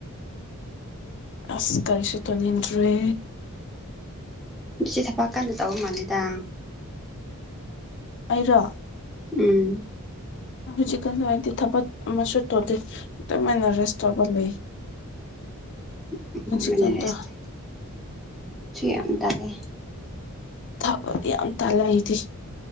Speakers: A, on the left (about 55°); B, in the centre.
A: ꯑꯁ ꯀꯔꯤꯁꯨ ꯇꯧꯅꯤꯡꯗ꯭ꯔꯦ
B: ꯁꯤ ꯊꯄꯥꯛ ꯀꯟꯅ ꯇꯧꯕ ꯃꯥꯜꯂꯦꯗ
A: ꯑꯩꯔꯣ
B: ꯎꯝ
A: ꯍꯧꯖꯤꯛꯀꯥꯟ ꯍꯥꯏꯗꯤ ꯊꯕꯛ ꯑꯃꯁꯨ ꯇꯧꯗꯦ ꯇꯨꯃꯤꯟꯅ ꯔꯦꯁ ꯇꯧꯕ ꯂꯩ
B: <inaudible> <unintelligible>
A: ꯍꯧꯖꯤꯛꯀꯥꯟꯗꯣ
B: ꯁꯨ ꯌꯥꯝ ꯇꯜꯂꯦ
A: ꯊꯥꯕꯗꯤ ꯌꯥꯝ ꯇꯜꯂꯦ ꯑꯩꯗꯤ